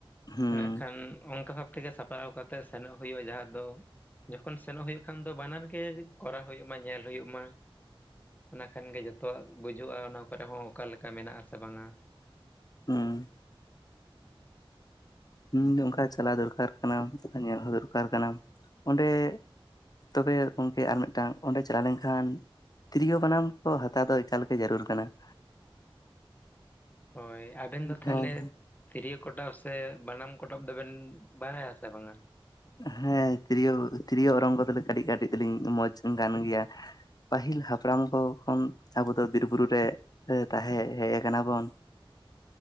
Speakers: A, on the left (about 45°); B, on the left (about 20°).
A: ᱦᱩᱸ
B: ᱱᱟᱜ ᱠᱷᱟᱱ ᱚᱱᱠᱟ ᱵᱷᱟᱵ ᱛᱮᱜᱮ ᱥᱟᱯ ᱲᱟᱣ ᱠᱟᱛᱮ ᱥᱮᱱᱚᱜ ᱦᱩᱭᱩᱜᱼᱟ ᱡᱟᱦᱟᱸ ᱫᱚ ᱡᱚᱠᱷᱚᱱ ᱥᱮᱱᱚᱜ ᱦᱩᱭᱩᱜ ᱠᱷᱟᱱ ᱫᱚ ᱵᱟᱱᱟᱨ ᱜᱮ ᱠᱚᱨᱟᱣ ᱦᱩᱭᱩᱜ ᱢᱟ ᱧᱮᱞ ᱦᱩᱭᱩᱜ ᱢᱟ ᱾ ᱚᱱᱟ ᱠᱷᱟᱱ ᱜᱮ ᱡᱚᱛᱚᱣᱟᱜ ᱵᱩᱡᱷᱩᱜᱼᱟ ᱚᱱᱟ ᱠᱚᱨᱮ ᱦᱚᱸ ᱚᱠᱟ ᱞᱮᱠᱟ ᱢᱮᱱᱟᱜ ᱟᱥᱮ ᱵᱟᱝᱟ ᱾
A: ᱦᱩᱸ ᱾ ᱤᱧ ᱫᱚ ᱚᱱᱠᱟ ᱪᱟᱞᱟᱣ ᱫᱚᱨᱠᱟᱨ ᱠᱟᱱᱟ ᱧᱮᱞ ᱦᱚᱸ ᱫᱚᱨᱠᱟᱨ ᱠᱟᱱᱟ ᱚᱸᱰᱮ ᱛᱚᱵᱮ ᱜᱚᱢᱠᱮ ᱟᱨ ᱢᱤᱫᱴᱟᱝ ᱚᱸᱰᱮ ᱪᱟᱞᱟᱣ ᱞᱮᱱᱠᱷᱟᱱ ᱛᱤᱨᱭᱳ ᱵᱟᱱᱟᱢ ᱠᱚ ᱦᱟᱛᱟᱣ ᱫᱚ ᱮᱠᱟᱞ ᱜᱮ ᱡᱟᱹᱨᱩᱲ ᱠᱟᱱᱟ ᱾
B: ᱦᱳᱭ, ᱟᱵᱮᱱ ᱫᱚ ᱛᱟᱦᱞᱮ‌
A: ᱦᱮᱸ
B: ᱛᱤᱨᱭᱳ ᱠᱚᱴᱟᱵ ᱥᱮ ᱵᱟᱱᱟᱢ ᱠᱚᱴᱟᱵ ᱫᱚᱵᱮᱱ ᱵᱟᱰᱟᱭᱟ ᱥᱮ ᱵᱟᱝᱟ?
A: ᱦᱮᱸ ᱛᱤᱨᱭᱳ ᱛᱤᱨᱭᱳ ᱚᱨᱚᱝ ᱠᱚᱫᱚ ᱠᱟᱹᱴᱤᱡ ᱠᱟᱹᱴᱤᱡ ᱫᱚᱞᱤᱧ ᱢᱚᱡᱽ ᱜᱟᱱ ᱜᱮᱭᱟ ᱾ ᱯᱟᱹᱦᱤᱞ ᱦᱟᱯᱲᱟᱢ ᱠᱚ ᱠᱷᱚᱱ ᱟᱵᱚ ᱫᱚ ᱵᱤᱨᱼᱵᱩᱨᱩ ᱨᱮ ᱛᱟᱦᱮᱸ ᱦᱮᱡ ᱟᱠᱟᱱᱟ ᱵᱚᱱ ᱾